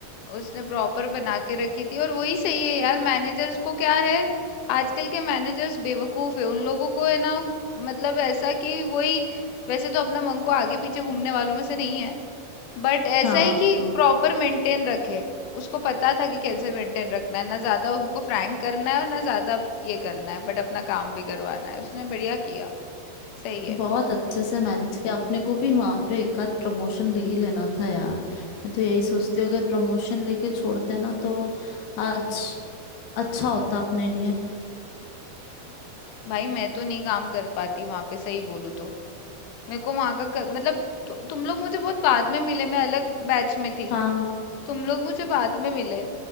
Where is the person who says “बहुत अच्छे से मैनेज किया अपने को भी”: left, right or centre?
Left